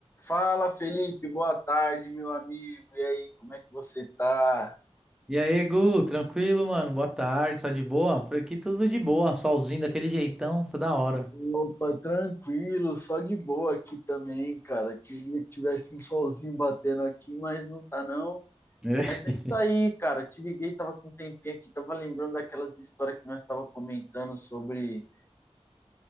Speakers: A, on the left; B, in the centre.
A: Fala, Felipe, boa tarde, meu amigo. E aí, como é que você tá?
B: E aí, Gu, tranquilo, mano? Boa tarde, só de boa? Por aqui tudo de boa, solzinho daquele jeitão, tá da hora.
A: Opa, tranquilo, só de boa aqui também, cara. Queria que tivesse um solzinho batendo aqui, mas não tá não.
B: <laughs>
A: Mas é isso aí, cara. Te liguei, tava com um tempinho aqui, tava lembrando daquelas histórias que nós tava comentando sobre